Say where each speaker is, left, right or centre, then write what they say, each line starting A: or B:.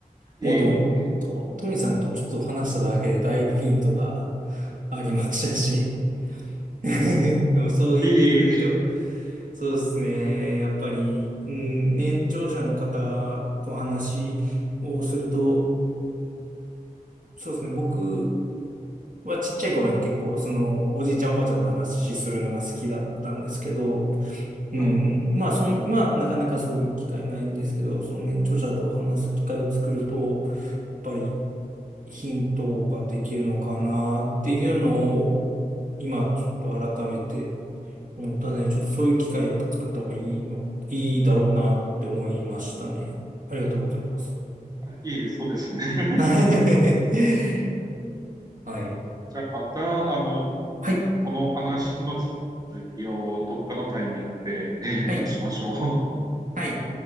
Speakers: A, on the right (about 25°); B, on the right (about 60°).
A: いえい
B: もうでも、と、トミさんとちょっと話しただけでだいぶヒントがありましたし、<laughs> でもそう言っていただくと、
A: え、いえい
B: そうですね。やっぱり、うん、年長者の方と話をすると、そうですね。僕はちっちゃい頃に結構、その、おじいちゃんおばあちゃんと話しするのが好きだったんですけど、うん、
A: はい。
B: まあ、そん、まあ、なかなかそういう機会ないんですけど、その年長者と話す機会を作ると、やっぱり、ヒントができるのかなっていうのを、今ちょっと改めて思ったね。ちょっとそういう機会やっぱ作った方がいいの、いいだろうなって思いましたね。ありがとうございます。
A: いい、そうですね。<laughs>
B: <laughs> はい。
A: じゃあまた、あの、
B: はい。
A: この話の続きをどっかのタイミングで <laughs>
B: はい。
A: しましょう。
B: はい。